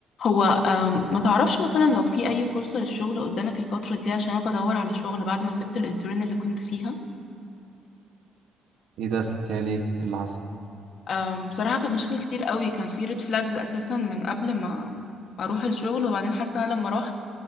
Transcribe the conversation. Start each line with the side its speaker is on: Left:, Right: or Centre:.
Left: هو أم، ما تعرفش مثلا لو في أي فرصة للشغل قدامك الفترة دي عشان أنا بدور على شغل بعد ما سبت الانترن اللي كنت فيها
Right: ايه ده سبتيها ليه إيه اللي حصل
Left: أم، بصراحة كانت مشاكل كتير قوي كان في ريد فلاجز أساسا من قبل ما ما أروح الشغل وبعدين حاسة أنا لما رحت